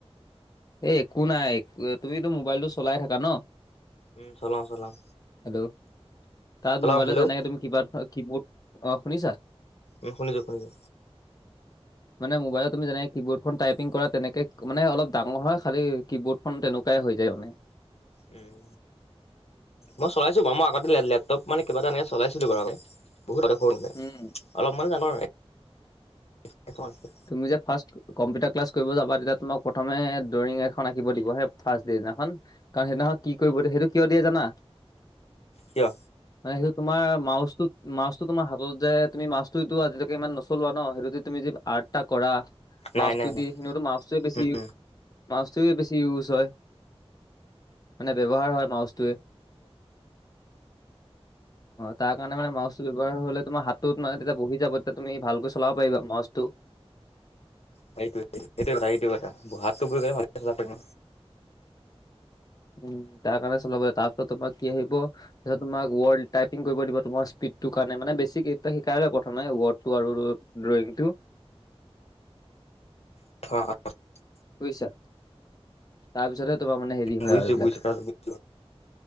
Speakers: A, on the left; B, on the left.
A: এই একো নাই, তুমিতো মোবাইলটো চলাই থাকা ন
B: উম, চলাও চলাও
A: হেল্ল', তাত
B: চলাও
A: মোবাইল
B: হেল্ল'
A: জেনেকে তুমি কি বাৰ কি বৰ্ড অ শুনিছা
B: উম, শুনিছো শুনিছো
A: মানে মোবাইলত তুম যেনে কি বৰ্ড টাইপিং কৰা তেনে মানে অলপ ডাঙৰ হয়, খালী ক বৰ্ডখন তেনেকুৱাই হৈ যায় মানে
B: উম, মই চলাচো বাৰু মই, আগতে লেপটপ মানে কিবা এনেক <unintelligible> বহুত সে
A: উম,
B: অলপমানানে জানো আৰু
A: তু যে ফাৰ্ষ্ট কম্পিউটাৰ ক্লাছ কৰিব যাবা, তেতিয়া তোমাক প্ৰথমে ড্ৰয়িং এখন আঁকিব দিব সেই ফাৰ্ষট ডিদিনাখন কাৰণ, সেইদিহক কি কৰিব দ সেইটো কিয় দিয়ে জানা?
B: কিয়
A: মানে সেইটো তোমাৰ মাছটো মাছো তোমাৰ হাতত যে, তুমি মাছটোতটো আজিলৈকে ইমান নচলোৱা ন সেইটো তুমি যি আৰ্টা কৰা, মাছটোদি
B: নাই নাই নাই
A: সতো মা্ছটোৱে বেছি
B: উম,
A: মাছটোৱে বেছি ইউজ হয় মানে, ব্যৱহাৰ হয় মাউছটোৱে অ', াৰ কাৰণে মান মাছটো ব্যৱহাৰ হলে তোমাৰ হাতটোত মানে, তেতিয়া বহি যাব তেতিয়া তুমি ভালকৈ চলাব পাৰিবা মাছটো
B: সেইটো, সেইটো কথা, সেইটো কথাাতটো বহলে ভাল ন
A: উম, তাৰ কাৰণে চলাবাৰিব তাৰ পিছত তোমাৰ কি আহিব তাৰপিছত তোমাক ৱৰ্ড টাইপিং কৰিব দিব, তোমাৰ স্পীডটোৰ কাৰণে মানে বেছিটা শিকাই ল প্ৰথমে ৱৰ্ডটো আৰু ড্ৰয়িংটো
B: <unintelligible>
A: বুজিছা, তাৰপিছতহে তোমাৰ মানে হেৰি হয়
B: বুজিছো
A: আৰু এইবিলাকে
B: বুজিছো কথাটো বুজিছো